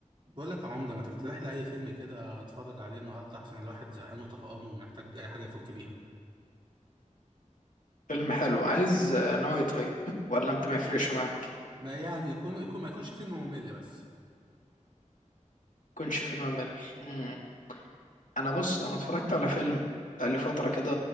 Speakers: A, on the right; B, on the left.
A: بقول لك يا عمدة ما تقترح لي أي فيلم كده أتفرج عليه النهاردة عشان الواحد زهقان وطهقان ومحتاج أي حاجة يفك بيها
B: فيلم حلو عايز آه، نوعي طيب ولا انت ما يفرقش معاك
A: ما يعني يكون يكون ما يكونش فيلم ممل بس
B: يكونش فيلم مل مم. انا بص انا اتفرجت على فيلم بقى لي فتره كده